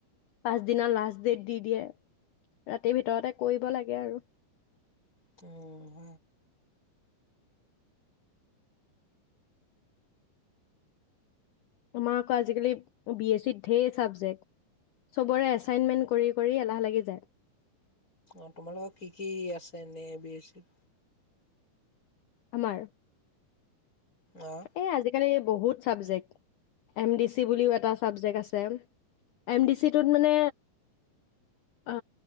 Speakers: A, on the left; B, on the left.
A: পিছদিনা দি দিয়ে ৰাতিৰ ভিতৰতে কৰিব লাগ আৰু
B: ত হ
A: আমাৰ আকৌ আজিকালি বি এছ চিত ঢেৰ চাবজেক্ট চবৰে এছাইনমেন্ট কৰি কৰি এলাহ লাগি যায়
B: অ তোমাল লগোকৰ কি কি আছে এনে বি চ
A: আমাৰ
B: আহ
A: এই আজিকালি বহুত চাবজেক্ট এম ডি চি বুলিও এটা চাবজেক্ট আছে এম ডি চিটোত মানে অ